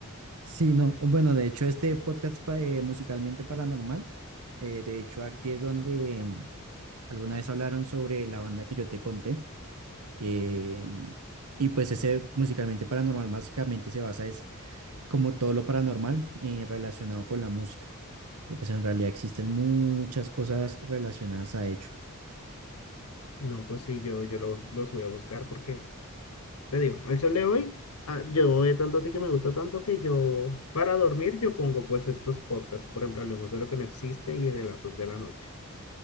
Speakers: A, on the right; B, on the left.
A: Sí, no. Bueno, de hecho, este podcast pa- eh, Musicalmente Paranormal, eh, de hecho, aquí es donde... em, Alguna vez hablaron sobre la banda que yo te conté. eh, y pues ese musicalmente paranormal básicamente se basa es como todo lo paranormal eh, relacionado con la música. Que pues en realidad existen muchas cosas relacionadas a ello.
B: No, pues sí, yo, yo lo- los voy a buscar porque, te digo, al sol de hoy, ah, yo eh, tanto así que me gusta tanto que yo, para dormir, yo pongo pues estos podcasts, por ejemplo, Hablemos de lo que no existe y Relatos de la Noche.